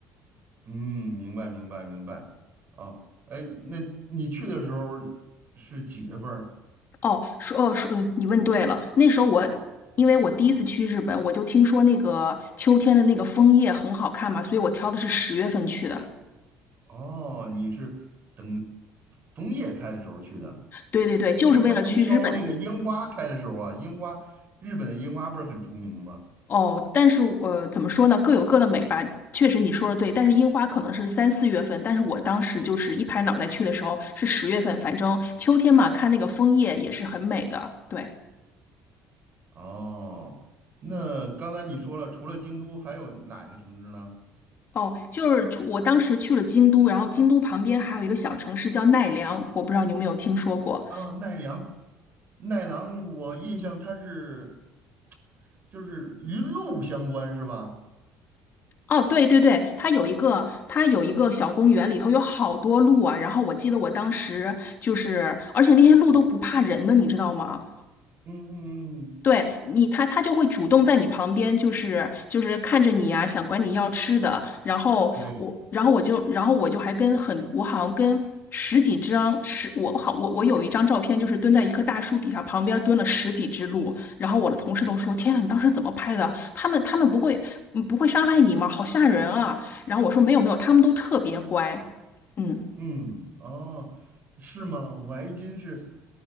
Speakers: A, on the right (about 45°); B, on the left (about 50°).
A: 嗯，明白明白明白。哦，哎，那你去的时候是几月份儿？
B: 哦，说哦说，呃你问对了，那时候我因为我第一次去日本，我就听说那个秋天的那个枫叶很好看嘛，所以我挑的是十月份去的。
A: 哦，你是等枫叶开的时候去的。
B: 对对对，
A: 我为什么不挑那个樱花开的时候啊？
B: 就是为了去日本。
A: 樱花，日本的樱花不是很出名吗？
B: 哦，但是我怎么说呢？各有各的美吧。确实你说的对，
A: 嗯，
B: 但是樱花可能是三四月份，但是我当时就是一拍脑袋去的时候是十月份，
A: 对。
B: 反正秋天嘛，看那个枫叶也是很美的。对，
A: 哦，那刚才你说了，除了京都，还有哪个城市呢？
B: 哦，就是除我当时去了京都，然后京都旁边还有一个小城市叫奈良，我不知道你有没有听说过。
A: 啊，奈良，奈良，我印象它是就是与鹿相关是吧？
B: 哦，对对对，它有一个，它有一个小公园，里头有好多鹿啊。然后我记得我当时就是，而且那些鹿都不怕人的，你知道吗？
A: 嗯嗯嗯，嗯
B: 对你，他他就会主动在你旁边，就是就是看着你啊，想管你要吃的。然后我，
A: 对。
B: 然后我就，然后我就还跟很，我好像跟十几张十，我好我我有一张照片，就是蹲在一棵大树底下，旁边蹲了十几只鹿。然后我的同事都说：“天呐，你当时怎么拍的？他们他们不会嗯不会伤害你吗？好吓人啊！”然后我说：“没有没有，他们都特别乖，嗯，
A: 嗯，哦，是吗？我还真是